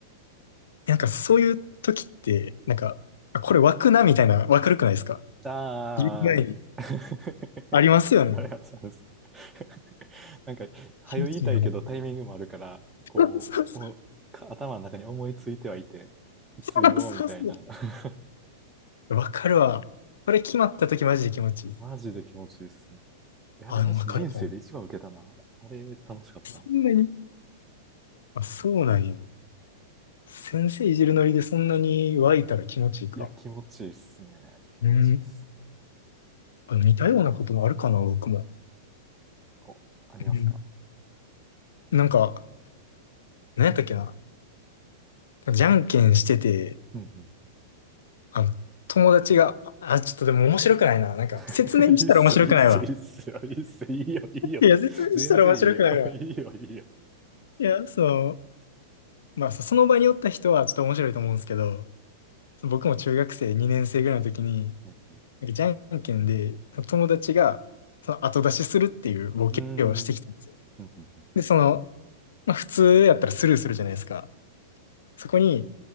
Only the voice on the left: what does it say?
なんかそういう時って、なんか、あ、これ湧くなみたいな、わかるくないですか
言う前に。
ありますよね。
気持ちいいよね。<laughs>
そうそうそ
うそ
う。わかるわ。これ決まった時マジで気持ちいい。
あ、でもわかるかも。
そんなにあ、そうなんや。先生いじるノリでそんなに湧いたら気持ちいいか。
うん。あ似たようなこともあるかな、僕も。
うん。なんか、何やったっけな。じゃんけんしてて、
あの、友達が、あ、ちょっとでも面白くないな。なんか、
説明したら面白くないわ。
いや、説明したら面白くないわ。
いや、その、まあ、そその場におった人はちょっと面白いと思うんですけど、僕も中学生2年生ぐらいの時に、
なんかじゃんけんで、友達が、その後出しするっていうボケをしてきたんですよ。
で、その、まあ、普通やったらスルーするじゃないですか。そこに、